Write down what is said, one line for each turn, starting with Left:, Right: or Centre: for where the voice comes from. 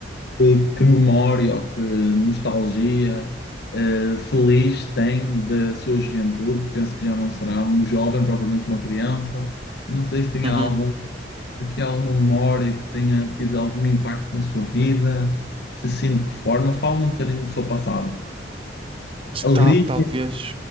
Left: que, que memória ou que nostalgia eh, feliz tem da sua juventude. Penso que já não será um jovem, propriamente uma criança. Não sei se tem
Right: Uhum.
Left: algum aqui há alguma memória que tenha tido algum impacto na sua vida? Se sim, de que forma? Fala-me um bocadinho do seu passado. Alegria,
Right: Tal, talvez,